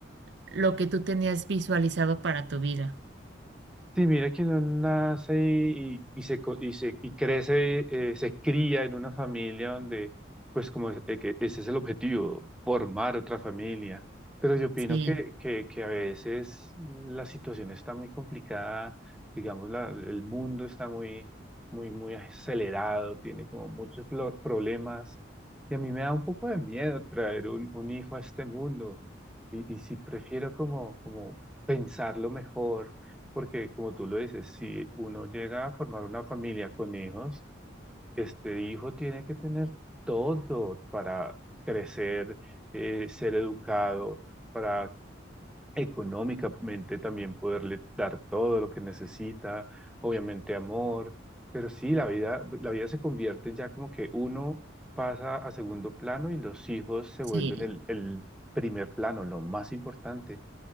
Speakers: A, on the right; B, in the centre.
A: lo que tú tenías visualizado para tu vida.
B: Sí, mira que uno nace y, y y se, co- y, se, y crece, eh, se cría en una familia donde, pues como es- eh, que ese es el objetivo, formar otra familia. Pero yo opino
A: Sí.
B: que, que, que a veces la situación está muy complicada, digamos, la- el mundo está muy, muy, muy acelerado, tiene como muchos plo- problemas. Y a mí me da un poco de miedo traer un, un hijo a este mundo. Y, y si prefiero como, como pensarlo mejor porque como tú lo dices, si uno llega a formar una familia con hijos, este hijo tiene que tener todo para crecer, eh, ser educado, para económicamente también poderle dar todo lo que necesita, obviamente amor, pero sí, la vida, la vida se convierte ya como que uno pasa a segundo plano y los hijos se
A: Sí,
B: vuelven el, el primer plano, lo más importante.